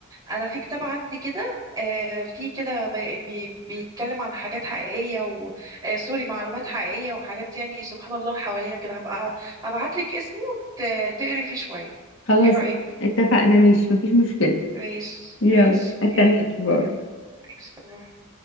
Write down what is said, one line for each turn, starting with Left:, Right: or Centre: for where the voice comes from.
Right: انا في كتاب عندي كده آه، في كده بي- بي- بيتكلم عن حاجات حقيقيه و آه، سوري معلومات حقيقيه وحاجات يعني سبحان الله حوالينا كده هبقى ابعت لك اسمه ت- تقري فيه شويه
Left: خلاص
Right: ايه رايك
Left: اتفقنا ماشي مفيش مشكله
Right: ماشي
Left: يلا
Right: ماشي
Left: استناكي
Right: يلا
Left: باي
Right: ماشي